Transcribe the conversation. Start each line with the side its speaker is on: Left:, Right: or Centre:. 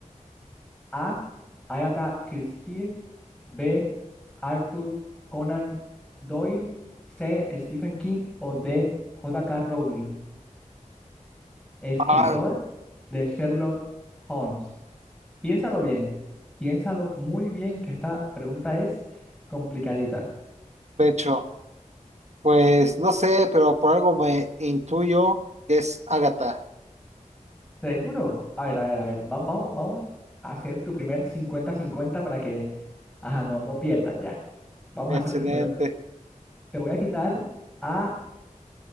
Centre: A. Agatha Christie. B. Arthur Conan Doyle. C. Stephen King o D. J K Rowling. escritor
Right: Ah,
Centre: de Sherlock Holmes. Piénsalo bien, piénsalo muy bien, que esta pregunta es complicadita.
Right: de hecho, pues no sé, pero por algo me intuyo que es Ágata.
Centre: ¿Seguro? A ver, a ver, a ver, va- vamos, vamos a hacer tu primer cincuenta-cincuenta para que, ajá, no, no pierdas ya. Vamos
Right: Excelente.
Centre: a hacer un 50. Te voy a quitar a